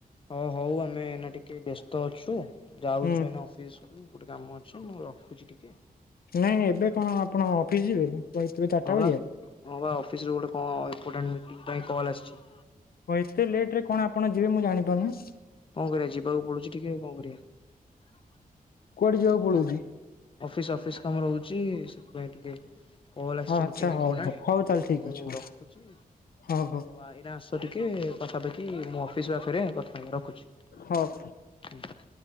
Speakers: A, on the left; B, on the left.
A: ହଁ ହଉ ଆମେ ଏନା ଟିକେ ବ୍ୟସ୍ତ ଅଛୁ, ଯାଉଛୁ
B: ହୁଁ
A: ଏନା ଅଫିସ କୁ ଗୋଟେ କାମ ଅଛି ମୁଁ ରଖୁଛି ଟିକେ।
B: ନାଇଁ ଏବେ କଣ ଆପଣ ଅଫିସ ଯିବେ? ଚାରିଟା
A: ହଁ
B: ବେଳିଆ?
A: ବା ହଁ ବା ଅଫିସରୁ ଗୋଟେ କଣ ଇମ୍ପୋଟାଣ୍ଟ ମିଟିଂ ପାଇଁ କଲ ଆସିଚି।
B: ହଉ ଏତେ ଲେଟ ରେ କଣ ଆପଣ ଯିବେ ମୁଁ ଜାଣିପାରୁନି?
A: କଣ କରିବା ଯିବାକୁ ପଡୁଚି ଟିକେ କଣ କରିବା।
B: କୁଆଡେ ଯିବାକୁ ପଳଉଚି?
A: ଅଫିସ ଅଫିସ କାମ ରହୁଚି ସେଥିପାଇଁ ଟିକେ କଲ୍ ଆସିଚି
B: ହଁ ଆଚ୍ଛା
A: ମିଟିଂ ଇମ୍ପୋର୍ଟାଣ୍ଟ
B: ହଉ ହଉ ହଉ ତାହେଲେ ଠିକ
A: ତ ମୁଁ
B: ଅଛି ହଉ
A: ରଖୁଚି।
B: ହଉ ହଉ
A: ଆଉଇନା ଆସ ଟିକେ ପାଖାପାଖି ମୁଁ ଅଫିସ ବା ଫରେ କଥା ହେବା ରଖୁଚି।
B: ହଉ।
A: ହୁଁ।